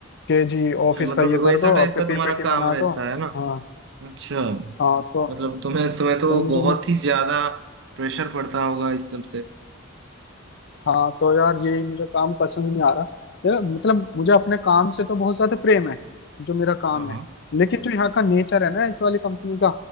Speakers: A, on the left (about 55°); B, on the right (about 60°).
A: कि जी ऑफिस
B: अच्छा, मतलब
A: का ये
B: वैसा
A: कर दो
B: टाइप
A: आपके
B: का
A: पीपीटी
B: तुम्हारा काम
A: बना
B: रहता
A: दो
B: है ना
A: हाँ
B: अच्छा
A: हाँ तो,
B: मतलब तुम्हें तुम्हें तो
A: तो मुझे
B: बहुत
A: ना
B: ही ज्यादा प्रेशर पड़ता होगा इस सब से
A: हाँ तो यार यही मुझे काम पसंद नहीं आ रहा यार मतलब मुझे अपने काम से तो बहुत ज्यादा प्रेम है जो मेरा काम
B: हाँ हाँ
A: है लेकिन जो यहाँ का नेचर है ना इस वाली कंपनी का